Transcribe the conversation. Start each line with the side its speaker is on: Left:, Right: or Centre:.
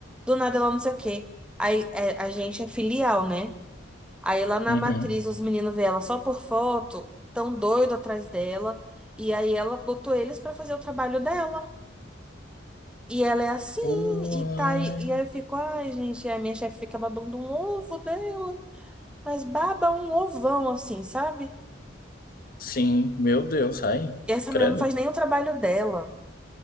Centre: do nada ela não sei o quê. Aí é, a gente é filial, né? Aí lá na
Left: uhum.
Centre: matriz os meninos vê ela só por foto, tão doido atrás dela, e aí ela botou eles pra fazer o trabalho dela. E ela é assim,
Left: Uai.
Centre: e tá, aí- e aí eu fico, ai, gente, a minha chefe fica babando um ovo dela. Mas baba um ovão, assim, sabe?
Left: Sim, meu Deus, ai,
Centre: E essa
Left: credo.
Centre: menina não faz nem o trabalho dela.